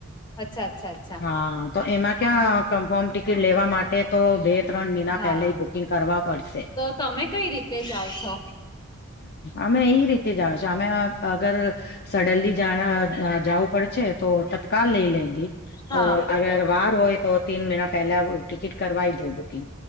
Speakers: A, on the left; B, on the left.
A: અચ્છા અચ્છા અચ્છા
B: હાં તો એમાં ક્યાં કન્ફર્મ ટિકિટ લેવા માટ ટે તો બે ત્રણ મહિના
A: અચ્છા
B: પેલાય બુકિંગ કરવા પડશે
A: તો તમે કઈ રીતે જાઓ છો?
B: અમે ઈ રીતે જ આવે છે અમે અગર સડનલી જાણા જાવું પડે છે તો તત્કાલ લેઈ લેય તી
A: હા
B: તો અગર વાર હોય તો તીન મહિના પહેલા ટિકીટ કરવાઈ દે બુકિંગ